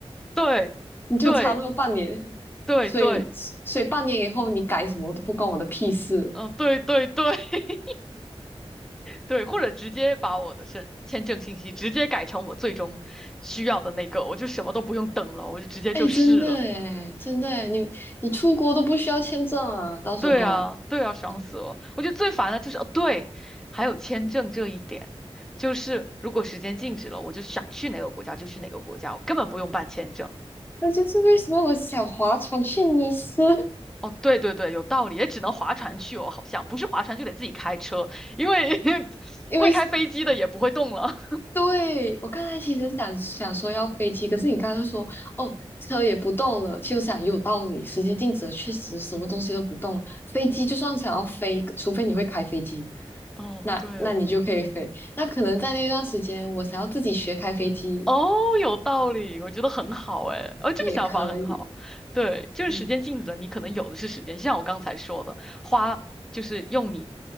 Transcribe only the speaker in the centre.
对对
对对，
嗯、对对对 <laughs> 对，或者直接把我的身签证信息直接改成我最终需要的那个，我就什么都不用等了，我就直接就试了。
对啊，对啊，爽死了！
我觉得最烦的就是，哦，对，还有签证这一点，就是如果时间静止了，我就想去哪个国家就去哪个国家，我根本不用办签证。
哦，对对对，有道理，也只能划船去哦，好像不是划船就得自己开车，因为 <laughs>
会开飞机的也不会动了。
<laughs> 哦，
对。
哦，有道理，我觉得很好哎，哦，这个想法很好。
对，就是时间静止了，
你可能有的是时间，就像我刚才说的，花就是用你